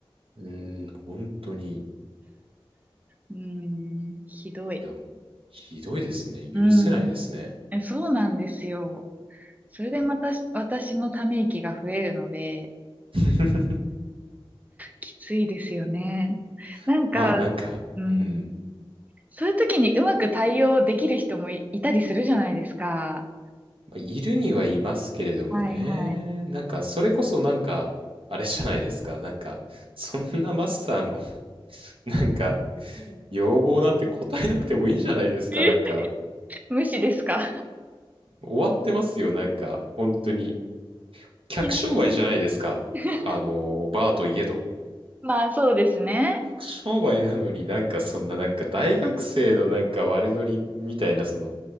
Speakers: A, on the right; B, on the right.
A: うん、本当に。い
B: うーん、ひどい。
A: や、もうひどいですね。許せないですね。
B: うん。えそうなんですよ。それでまたし私のため息が増えるので、
A: あー
B: きついですよね。
A: <laughs>
B: なんか、
A: まあなんか、
B: うん。
A: うん。
B: そういう時にうまく対応できる人もい、いたりするじゃないですか。
A: まあいるにはいますけれどもね。
B: はいはい。
A: なんか、それこそなんか、あれじゃないですか。なんか、そんなマスターの、<laughs> なんか、要望なんて答えなくてもいいじゃないですか。
B: <laughs>
A: なんか、
B: 無視ですか
A: 終わってますよ。なんか、本当に。客商売じゃないですか。
B: いや <laughs>
A: あの、バーといえど。
B: まあそうですね。
A: 客商売なのになんか、そんななんか、大学生のなんか悪ノリみたいな、その、